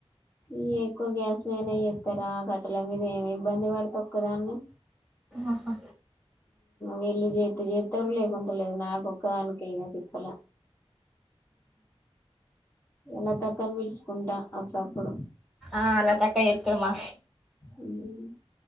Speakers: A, on the left (about 25°); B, in the centre.
A: ఈ ఎక్కువ గ్యాస్ మన్ అయ చెేస్తారా కట్టల మీద ఏమి ఇబ్బంది పడత ఒక్కదాన్ని
B: ఆహా
A: వెళ్ళు చే చేస్తారు లేకుంటలేదు నాక ఒక్కదానిక ఇక తిప్పల లతక్కా ను పిల్చుకుంటా అప్పుడుప్పుడు
B: ఆహ్ లతక్కా చేస్తదీ మా
A: ఉమ్